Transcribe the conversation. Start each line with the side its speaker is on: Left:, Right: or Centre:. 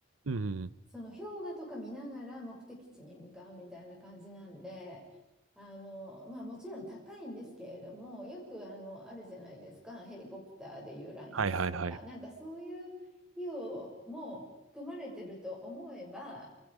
Right: うん。
Centre: その氷河とか見ながら目的地に向かうみたいな感じなんで、あのまあ、もちろん高いんですけれども、よくあのあるじゃないですか、ヘリコプターで遊覧飛行とか、
Right: はいはいはい。
Centre: なんかそういう費用も含まれてると思えば、